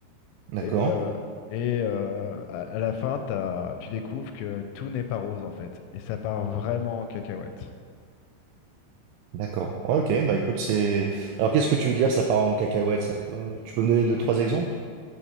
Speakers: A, on the right; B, on the left.
A: D'accord,
B: Et, euh, et euh, à à la fin, t'as- tu découvres que tout n'est pas rose en fait. Et ça part vraiment en cacahuète.
A: d'accord. Ouais, Ok, bah écoute, c'est. Alors qu'est-ce que tu veux dire, ça part en cacahuète, ça peut- Tu peux me donner deux, trois exemples?